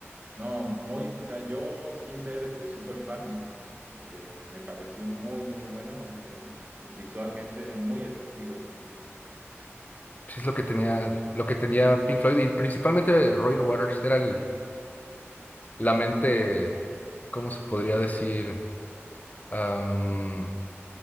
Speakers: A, on the right; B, on the left.
A: no, muy, o sea, yo sin ser este súper fan, este, me pareció muy, muy bueno. Este, visualmente era muy atractivo también.
B: Pues es lo que tenía, lo que tenía Pink Floyd y principalmente Roy Waters era el, la mente, ¿cómo se podría decir? Am,